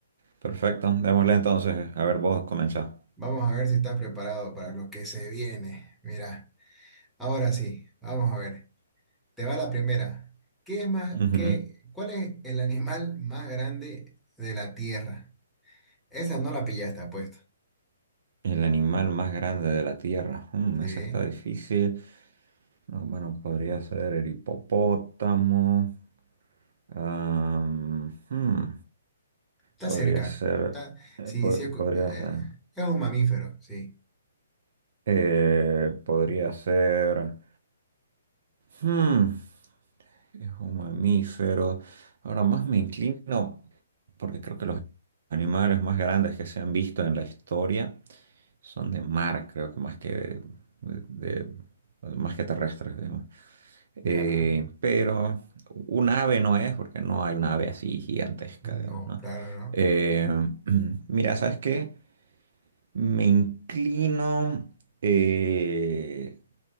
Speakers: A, on the right (about 50°); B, in the centre.
A: Perfecto. Démosle entonces. A ver, vos comenzá.
B: Vamos a ver si estás preparado para lo que se viene. Mira, ahora sí, vamos a ver. Te va la primera. ¿Qué es más,
A: Ujú.
B: qué, cuál es el animal más grande de la Tierra? Esa no la pillaste, apuesto.
A: El animal más grande de la Tierra. Mm,
B: Sí,
A: esa está difícil. No, Bueno, podría ser el hipopótamo. Am, hmm,
B: está
A: podría
B: cerca.
A: ser...
B: Está,
A: eh,
B: sí,
A: po-
B: sí,
A: podría
B: escu- eh,
A: ser...
B: es un mamífero, sí.
A: eh, podría ser... hmm, Es un mamífero. Ahora más me inclino, porque creo que los animales más grandes que se han visto en la historia son de mar, creo que más que de, de- más que terrestres, digamos. Eh,
B: Ya,
A: pero un ave no es, porque no hay una ave así gigantesca,
B: no,
A: digamos, ¿no?
B: claro, no.
A: Eh, <clears throat> mira, ¿sabes qué? Me inclino eh,